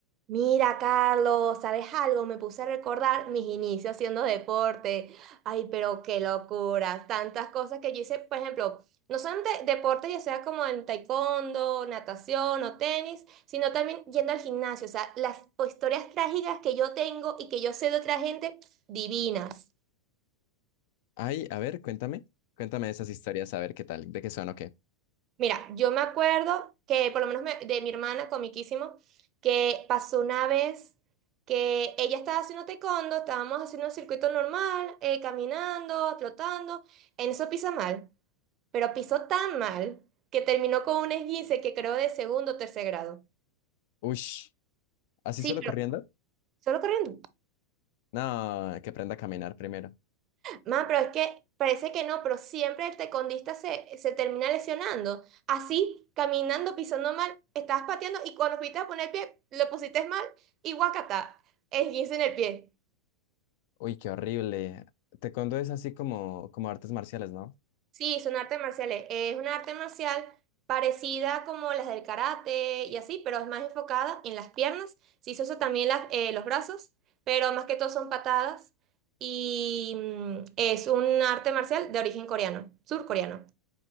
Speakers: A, on the right (about 35°); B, on the left (about 55°).
A: Mira, Carlos, ¿sabes algo? Me puse a recordar mis inicios haciendo deporte. Ay, pero qué locura. Tantas cosas que yo hice, por ejemplo, no solamente deporte, ya sea como en taekwondo, natación o tenis, sino también yendo al gimnasio. O sea, las historias trágicas que yo tengo y que yo sé de otra gente, divinas.
B: Ay, a ver, cuéntame, cuéntame esas historias, a ver qué tal, de qué son o qué.
A: Mira, yo me acuerdo que, por lo menos me- de mi hermana, comiquísimo, que pasó una vez que ella estaba haciendo taekwondo, estábamos haciendo un circuito normal, eh, caminando, trotando, en eso pisa mal, pero pisó tan mal que terminó con un esguince que creo de segundo o tercer grado.
B: Ush, ¿así
A: Sí,
B: solo
A: pero
B: corriendo?
A: solo corriendo.
B: No, que aprenda a caminar primero.
A: Ma, pero es que parece que no, pero siempre el tecondista se, se termina lesionando. Así, caminando, pisando mal, estabas pateando y cuando fuiste a poner el pie, lo pusiste mal y guacata, esguince en el pie.
B: Uy, qué horrible. Taekwondo es así como, como artes marciales, ¿no?
A: Sí, son artes marciales. Es una arte marcial parecida como las del karate y así, pero es más enfocada en las piernas. Sí, se usa también las, eh, los brazos, pero más que todo son patadas y mm, es un arte marcial de origen coreano, surcoreano.